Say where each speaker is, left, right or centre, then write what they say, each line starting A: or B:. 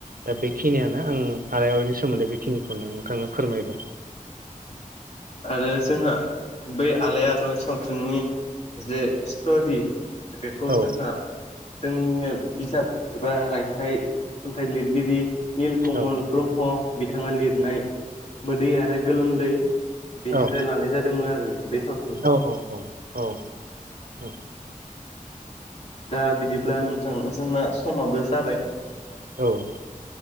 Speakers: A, on the right (about 85°); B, on the left (about 50°).
A: दा बेखिनियानो आं आरलायारिनि सोमोन्दै बेखिनिखौनो नोंथांनो फोरमायबाय
B: आरो जोंहा बै आलायारन सावथुननि जे स्ट'रि बेखौ
A: औ
B: जोंहा जोंनिनो बिजाब एबा रायथाइ खन्थाइ लिरगिरि निल कमल
A: औ
B: ब्रह्म बिथाङा लिरनाय मोदै आरो गोलोमदै बेनिफ्राय
A: औ
B: लानाय जादोंमोन आरो बे साव
A: औ औ औ औ औ
B: दा बिदिब्ला नोंथां जोंना समाबो जाबाय
A: औ